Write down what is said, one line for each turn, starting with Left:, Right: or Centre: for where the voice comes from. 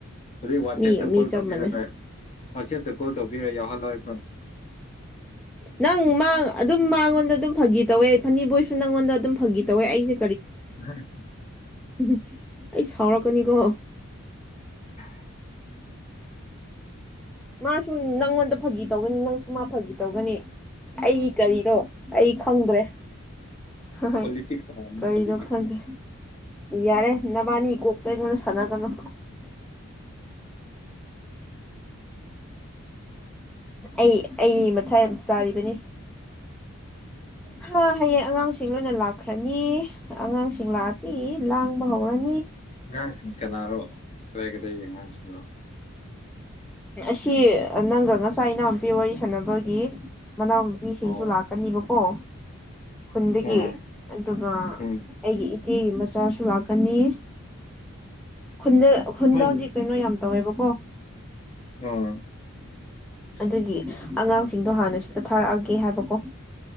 Left: ꯍꯧꯖꯤꯛ ꯋꯥꯆꯦꯞꯇ
Centre: ꯃꯤꯒ ꯃꯤ
Left: ꯀꯣꯜ
Centre: ꯆꯞ
Left: ꯇꯧꯕꯤꯔ
Centre: ꯃꯥꯟꯅꯩ
Left: ꯋꯥꯆꯦꯞꯇ ꯀꯣꯜ ꯇꯧꯕꯤꯔ ꯌꯥꯎꯍꯜꯂꯣ ꯑꯩ
Centre: ꯅꯪ ꯃꯥ ꯑꯗꯨꯝ ꯃꯥꯉꯣꯟꯗ ꯑꯗꯨꯝ ꯐꯥꯒꯤ ꯇꯧꯋꯦ ꯐꯅꯤꯕꯣꯏꯁꯨ ꯅꯪꯉꯣꯟꯗ ꯑꯗꯨꯝ ꯐꯥꯒꯤ ꯇꯧꯋꯦ ꯑꯩꯁꯦ
Left: ꯎꯝ
Centre: ꯎꯝ ꯑꯩ ꯁꯥꯎꯔꯛꯀꯅꯤꯀꯣ
Left: ꯎꯝ
Centre: ꯃꯥꯁ ꯅꯪꯣꯟꯗ ꯐꯥꯒꯤ ꯇꯧꯒꯅꯤ ꯅꯪꯁꯨ ꯃꯥ ꯐꯥꯒꯤ ꯇꯧꯒꯅꯤ ꯑꯩ ꯀꯔꯤꯔꯣ ꯑꯩ ꯈꯪꯗ꯭ꯔꯦ ꯍ
Left: ꯄꯣꯂꯤꯇꯤꯛꯁ ꯍꯥꯏꯔꯝꯅꯤ
Centre: ꯀꯔꯤ
Left: ꯄꯣꯂꯤꯇꯤꯛꯁ
Centre: ꯅ ꯈꯪꯒꯦ ꯌꯥꯔꯦ ꯅꯕꯥꯅꯤ ꯀꯣꯛꯇ ꯑꯩꯉꯣꯟꯗ ꯁꯥꯟꯅꯒꯅꯨ ꯑꯩ ꯑꯩ ꯃꯊꯥꯏ ꯌꯥꯝ ꯆꯥꯔꯤꯕꯅꯤ ꯍꯥ ꯍꯌꯦꯡ ꯑꯉꯥꯡꯁꯤꯡ ꯂꯣꯏꯅ ꯂꯥꯛꯈ꯭ꯔꯅꯤ ꯑꯉꯥꯡꯁꯤꯡ ꯂꯥꯛꯑꯗꯤ ꯂꯥꯡꯕ ꯍꯧꯔꯅꯤ
Left: ꯑꯉꯥꯡꯁꯤꯡ ꯆꯅꯥꯔꯣ ꯀꯗꯥꯏ ꯀꯗꯏ ꯑꯉꯥꯡꯁꯤꯡꯅꯣ
Centre: ꯑꯁꯤ ꯅꯪꯒ ꯉꯁꯥꯏ ꯏꯅꯥꯎꯄꯤ ꯋꯥꯔꯤ ꯁꯥꯟꯅꯕꯒꯤ ꯃꯅꯥꯎꯅꯨꯄꯤꯁꯤꯡꯁꯨ
Left: ꯑꯣ
Centre: ꯂꯥꯛꯀꯅꯤꯕꯀꯣ ꯈꯨꯟꯗꯒꯤ
Left: ꯑꯣ
Centre: ꯑꯗꯨꯒ
Left: ꯎꯝ
Centre: ꯑꯩꯒꯤ ꯏꯆꯦꯒꯤ ꯃꯆꯥꯁꯨ ꯂꯥꯛꯀꯅꯤ ꯈꯨꯟꯗ ꯈꯨꯟꯗ
Left: ꯃꯥꯒꯤꯗꯤ
Centre: ꯍꯧꯖꯤꯛ ꯀꯩꯅꯣ ꯌꯥꯝ ꯇꯧꯋꯦꯕ ꯍ
Left: ꯑꯣ
Centre: ꯑꯗꯨꯒꯤ ꯑꯉꯥꯡꯁꯤꯡꯗꯣ ꯍꯥꯟꯅ ꯁꯤꯗ ꯊꯥꯔꯛꯑꯒꯦ ꯍꯥꯏꯕꯀꯣ